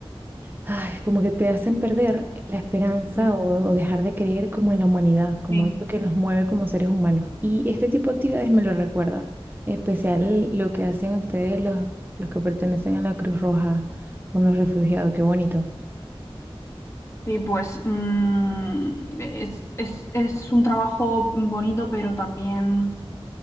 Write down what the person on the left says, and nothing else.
Sí,
sí.
Sí, pues mm, es, es- es un trabajo bonito, pero también